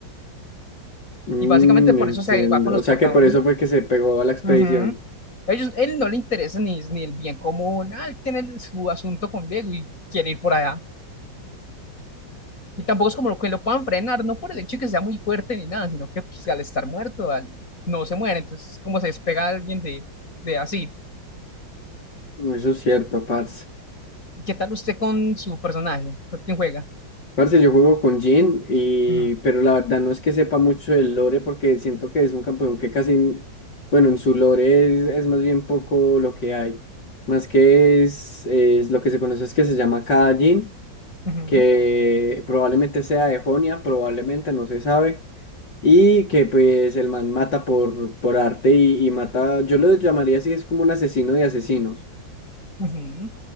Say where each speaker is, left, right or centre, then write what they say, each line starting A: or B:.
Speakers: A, on the left; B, on the left.
A: Mm,
B: Y básicamente por
A: entiendo.
B: eso se va con los
A: O sea
B: protagonistas.
A: que por eso fue que se pegó a la expedición.
B: Ujú. Ellos, él no le interesa ni, ni el bien común, ah, él tiene su asunto con Diego y quiere ir por allá. Y tampoco es como lo que lo puedan frenar, no por el hecho de que sea muy fuerte ni nada, sino que pues, al estar muerto, al- no se muere, entonces como se despega alguien de, de así.
A: Eso es cierto, parce.
B: ¿Y qué tal usted con su personaje? ¿Con quién juega?
A: Parce, yo juego con Jhin, y,
B: Ujú,
A: pero la verdad no es que sepa mucho del lore porque siento que es un campeón que casi, n- bueno, en su lore es, es más bien poco lo que hay. Más que es, es lo que se conoce es que se llama Cada Jhin,
B: ujú,
A: que probablemente sea de Jonia, probablemente no se sabe, y que pues el man mata por, por arte y, y mata, yo lo llamaría así, es como un asesino de asesinos.
B: Ujú.